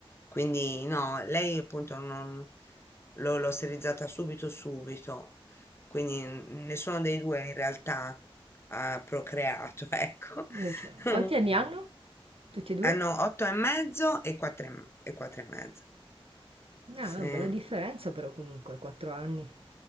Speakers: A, on the left; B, on the right.
A: quindi no lei appunto non l'ho l'ho sterilizzata subito subito quindi n- nessuno dei due in realtà ha procreato <laughs> ecco
B: Eh, cioè,
A: <laughs>
B: Quanti anni hanno? Tutti e due?
A: hanno otto e mezzo e quattro e, m- e quattro e mezzo
B: Ah,
A: sì
B: bella differenza però comunque, quattro anni.